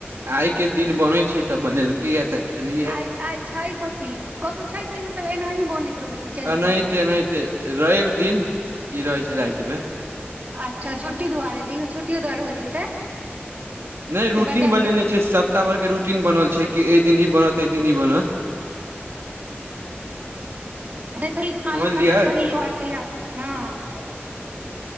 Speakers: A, on the right; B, on the right.
A: आइ के दिन बनय छै तऽ बनेलकै या तऽ खेलियै
B: आइ आइ छै कथी कतहु छै कि मतलब एनाही बनैत रहैत छै चेंज
A: एनाहिते
B: कऽ कऽक
A: एनाहिते रवि दिन ई रहै छै राइत मे
B: अच्छा छुट्टी दुआरे इहो छुट्टी दुआरे होइत हेतै
A: नहि रूटीन
B: कि बच्चा
A: बनेने छै सप्ताह भर के रूटीन बनल छै कि एहि दिन ई बनत अहि दिन ई बनत
B: सही
A: समझलियै
B: घरके याद हँ <unintelligible>